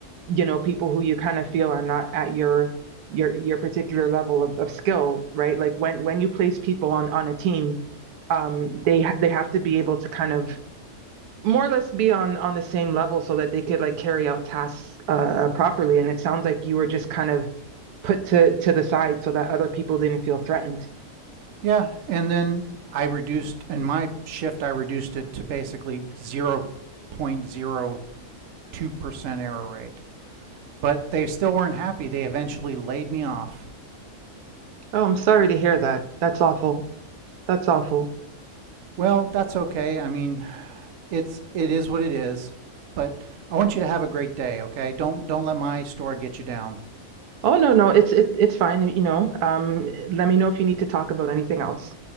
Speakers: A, on the right (about 85°); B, on the right (about 65°).
A: you know, people who you kind of feel are not at your your your particular level of, of skill, right? Like when when you place people on on a team, um, they ha- they have to be able to kind of more or less be on on the same level so that they could like carry out tasks uh properly and it sounds like you were just kind of put to to the side so that other people didn't feel threatened
B: yeah, and then I reduced and my shift I reduced it to basically zero point zero two percent error rate. But they still weren't happy. They eventually laid me off.
A: oh i'm sorry to hear that that's awful that's awful
B: Well, that's okay. I mean, it's it is what it is. But I want you to have a great day, okay? Don't don't let my store get you down.
A: oh no no it's it, it's fine you know um let me know if you need to talk about anything else